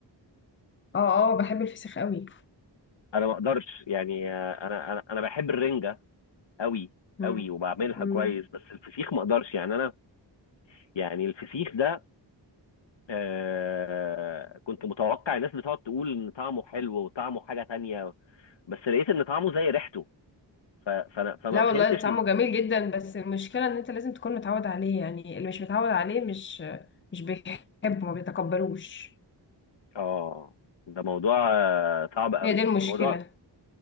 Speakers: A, on the left (about 25°); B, on the left (about 80°).
A: اه اه بحب الفسيخ قوي
B: انا ما اقدرش يعني آه، انا انا انا بحب الرنجه قوي
A: مم.
B: قوي وبعملها
A: مم.
B: كويس بس الفسيخ ما اقدرش يعني انا يعني الفسيخ ده آه كنت متوقع الناس بتقعد تقول ان طعمه حلو وطعمه حاجه تانية بس لقيت ان طعمه زي ريحته ف- فانا فما
A: لا
B: فهمتش
A: والله طعمه جميل جدا بس المشكله ان انت لازم تكون متعود عليه يعني اللي مش متعود عليه مش مش بيحبه ما بيتقبلوش
B: اه ده موضوع آه، صعب قوي
A: هي دي المشكله
B: موضوع